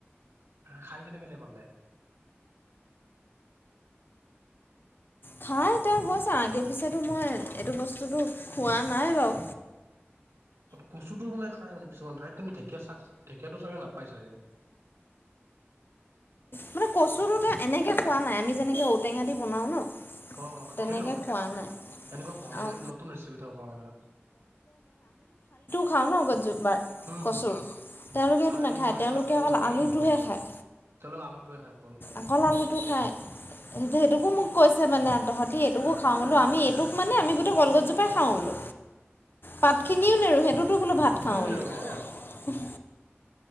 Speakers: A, on the right (about 85°); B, on the left (about 50°).
A: খাই কেনে কেনে পালে
B: খাই তেওঁ গৈছে আগে পিছেতো মই এইটো বস্তুটো খোৱা নাই বাৰু
A: কচুটো বোলে খাই মানে কিছুমান ঠাইত কিন্তু ঢেকীয়া চাক ঢেঁকীয়াতটো চাগে নাপায় চাগে
B: মানে কচুো এনেকে খোৱা নাই আমি যেনেকে ঔটেঙা দি বনাও ন
A: অ'
B: তেনেকে
A: সেইটো হোৱানে এনেকুৱা
B: খোৱা নাই
A: হোৱা নাই
B: আৰু
A: এই নতুন ৰেচিপিটোৰ কাৰণে
B: খাঁও ন গজু বাৰ
A: হম
B: কচুৰ
A: হম
B: তেওঁলোকে সেইটো
A: ঠাৰি
B: নাখায়
A: পিছত
B: তেওঁলোকে
A: তাৰ ফল
B: অকল
A: গোটেইখিনি
B: আলুটোহে
A: খাওঁ আমি
B: খায়
A: তেওঁলোক আলুটোৱে খায় অকল
B: আকৌ আলুটো খাইেই সেইটোকো মোক, তোক কৈছে মানে তহঁতি এইটোকো খাওঁ বোলো আমি এইটোক মানে আমি গোটেই কলগছজোপাই খাওঁ বোলো পাতখিনিও নেৰো সেইটোতো বোলো ভাত
A: পাতখিনি
B: খাওঁ
A: নিৰো
B: বোলে
A: অ